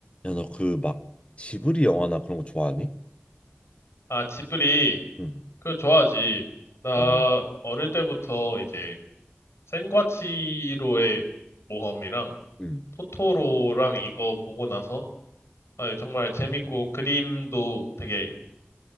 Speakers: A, on the left (about 25°); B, on the left (about 80°).
A: 야, 너 그 막 지브리 영화나 그런 거 좋아하니?
B: 아, 지브리.
A: 응.
B: 그거 좋아하지. 나
A: 어,
B: 어릴 때부터 이제 센과치로의 모험이랑
A: 응.
B: 토토로랑 이거 보고 나서 아, 정말 재밌고 그림도 되게